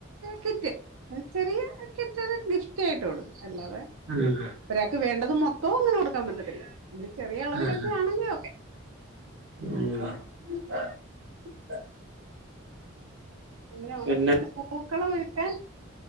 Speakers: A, on the right; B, on the right.
A: കിറ്റ് ഒരു ചെറിയ കിറ്റിന് ഗിഫ്റ്റ് ആയിട്ട് കൊടുക്കും അല്ലാതെ
B: ഉം.
A: ഒരാൾക്ക് വേണ്ട- അത് മൊത്തവും അങ്ങനെ കൊടുക്കാൻ പറ്റത്തില്ല ഒരു ചെറിയ അളവിലൊക്കെ
B: ഉം.
A: ആണെങ്കിൽ- ഓക്കെ
B: <unintelligible>
A: അങ്ങനെ ഓണത്തിന്
B: പിന്നെ
A: പൂക്കളം ഒരുക്കാൻ